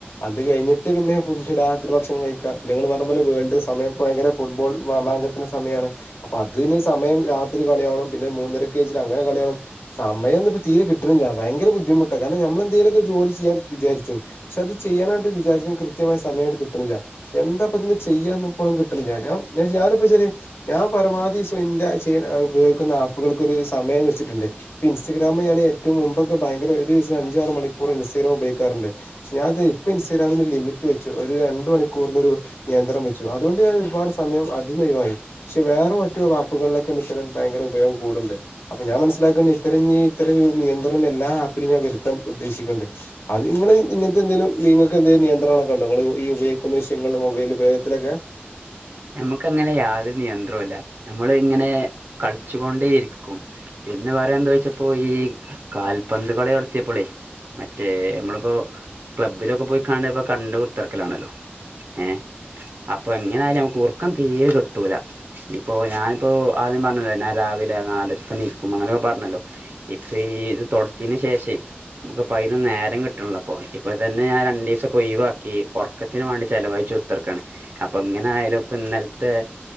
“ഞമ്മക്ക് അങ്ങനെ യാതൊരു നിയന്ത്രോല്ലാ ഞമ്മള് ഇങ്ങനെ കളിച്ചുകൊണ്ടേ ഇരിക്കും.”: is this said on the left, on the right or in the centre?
Right